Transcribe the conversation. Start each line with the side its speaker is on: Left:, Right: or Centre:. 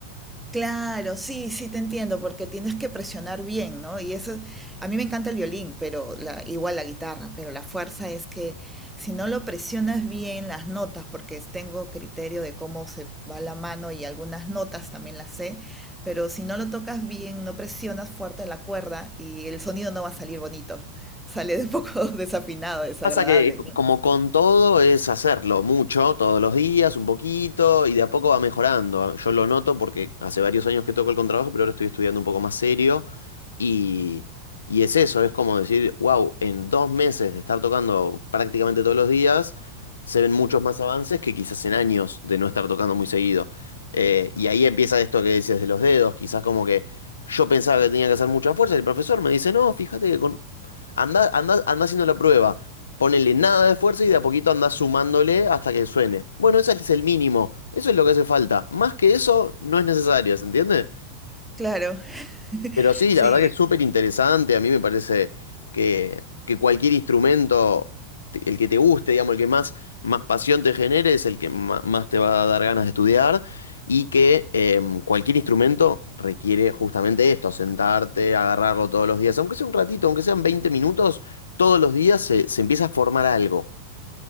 Centre: Claro, sí, sí te entiendo, porque tienes que presionar bien, ¿no? Y eso, a mí me encanta el violín, pero la, igual la guitarra, pero la fuerza es que si no lo presionas bien las notas, porque es- tengo criterio de cómo se va la mano y algunas notas también las sé, pero si no lo tocas bien, no presionas fuerte la cuerda y el sonido no va a salir bonito, sale un poco <laughs> desafinado, desagradable,
Left: Pasa que co-
Centre: ¿no?
Left: como con todo es hacerlo mucho, todos los días, un poquito, y de a poco va mejorando. Ah, Yo lo noto porque hace varios años que toco el contrabajo, pero ahora estoy estudiando un poco más serio. Y, y es eso, es como decir, wow, en dos meses de estar tocando prácticamente todos los días, se ven muchos más avances que quizás en años de no estar tocando muy seguido. Eh, y ahí empieza esto que dices de los dedos, quizás como que yo pensaba que tenía que hacer mucha fuerza, y el profesor me dice, no, fíjate que con... Anda, anda, anda haciendo la prueba. Ponele nada de esfuerzo y de a poquito andás sumándole hasta que suene. Bueno, ese es el mínimo. Eso es lo que hace falta. Más que eso, no es necesario, ¿se entiende?
Centre: Claro, <laughs>
Left: Pero sí, la verdad
Centre: sí,
Left: que es súper interesante. A mí me parece que, que cualquier instrumento, te- el que te guste, digamos, el que más, más pasión te genere, es el que ma- más te va a dar ganas de estudiar. Y que em, cualquier instrumento requiere justamente esto, sentarte, agarrarlo todos los días. Aunque sea un ratito, aunque sean 20 minutos, todos los días se se empieza a formar algo.